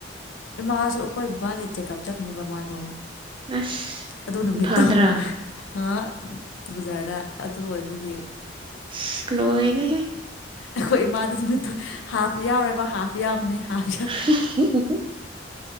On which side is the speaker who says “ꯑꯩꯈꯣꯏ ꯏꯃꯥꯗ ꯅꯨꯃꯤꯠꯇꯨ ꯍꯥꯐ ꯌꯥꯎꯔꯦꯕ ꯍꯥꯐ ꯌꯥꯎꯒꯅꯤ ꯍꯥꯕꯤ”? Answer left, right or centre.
Left